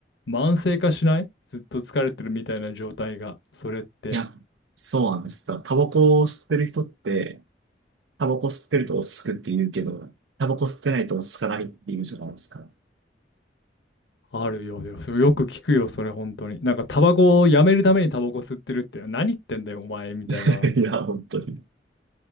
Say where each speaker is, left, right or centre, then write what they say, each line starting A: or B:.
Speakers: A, on the left; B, on the right.
A: 慢性化しないずっと疲れてるみたいな状態が、それって。
B: いや、そうなんです。だからタバコを吸ってる人って、タバコ吸ってると落ち着くって言うけど、タバコ吸ってないと落ち着かないって言うじゃないですか。
A: あるようだよ。それよく聞くよ、それ本当に。なんか、タバコをやめるためにタバコ吸ってるって、何言ってんだよ、お前、みたいな。
B: <laughs> いや、本当に。